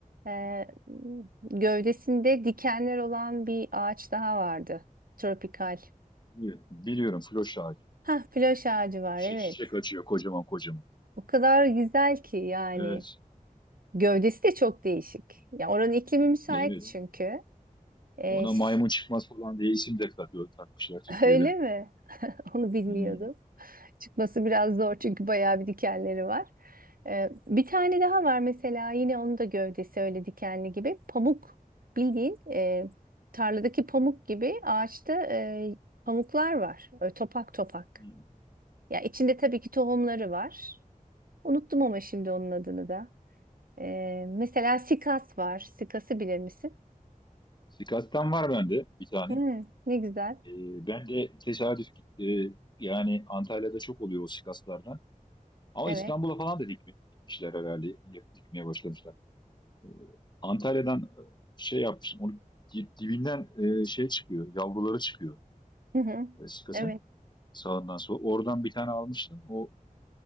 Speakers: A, on the right; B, on the left.
A: e, gövdesinde dikenler olan bir ağaç daha vardı. Tropikal.
B: Biliyorum, biliyorum floş ağacı.
A: Hah, floş ağacı var
B: Şişe,
A: evet.
B: şişe kaçıyor kocaman kocaman.
A: O kadar güzel ki yani.
B: Evet.
A: Gövdesi de çok değişik. Ya oranın iklimi müsait
B: Evet.
A: çünkü. E,
B: Ona
A: ş-
B: maymun çıkmaz falan diye isim de takıyor, takmışlar Türkiye'de.
A: <laughs> öyle mi? <laughs> Onu bilmiyordum.
B: Hmm.
A: Çıkması biraz zor çünkü bayağı bir dikenleri var. Ee, bir tane daha var mesela yine onun da gövdesi öyle dikenli gibi. Pamuk bildiğin e, tarladaki pamuk gibi ağaçta e, pamuklar var. Öyle topak topak.
B: Hmm.
A: Ya içinde tabii ki tohumları var. Unuttum ama şimdi onun adını da. Ee, mesela sikas var. Sikası bilir misin?
B: Sikattan var bende bir tane.
A: Hmm, ne güzel.
B: Ee, ben de tesadüf e, yani Antalya'da çok oluyor o sikaslardan. Ama
A: Evet.
B: İstanbul'a falan da dikme, dikmişler herhalde. yap- Dikmeye başlamışlar. Ee, Antalya'dan e, şey yapmışım. Onu di- dibinden e, şey çıkıyor. Yavruları çıkıyor
A: Hı hı.
B: e, sikasın.
A: Evet.
B: Sağından sola. Oradan bir tane almıştım. O